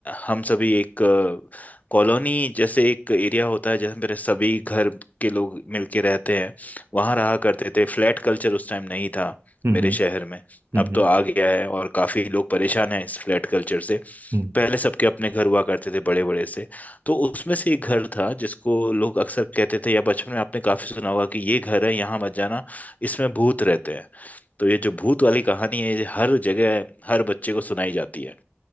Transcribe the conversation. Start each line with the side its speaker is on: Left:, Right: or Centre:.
Left: हम सभी एक अ, कॉलोनी जैसे एक एरिया होता है जहाँ मेरे सभी घर के लोग मिलके रहते हैं वहाँ रहा करते थे फ्लैट कल्चर उस टाइम नहीं था
Right: हम्म
Left: मेरे शहर में
Right: हम्म
Left: अब तो आ गया है और काफी लोग परेशान हैं इस फ्लैट कल्चर से
Right: हम्म।
Left: पहले सबके अपने घर हुआ करते थे बड़े बड़े से तो उसमें से एक घर था जिसको लोग अक्सर कहते थे या बचपन में आपने काफी सुना होगा कि ये घर है यहाँ मत जाना इसमें भूत रहते हैं तो ये जो भूत वाली कहानी है ये हर जगह हर बच्चे को सुनाई जाती है